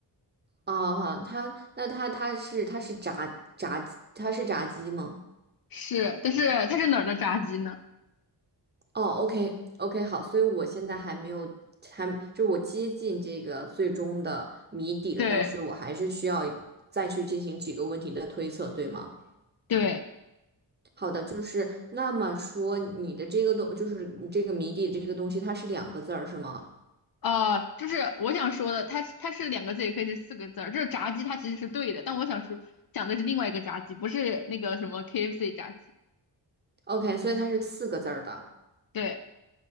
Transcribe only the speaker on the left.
是，但是它是哪儿的炸鸡呢？
对
对，
呃，就是我想说的，它它是两个字，也可以是四个字儿。就是炸鸡它其实是对的，但我想说讲的是另外一个炸鸡，不是那个什么 KFC 炸鸡。
对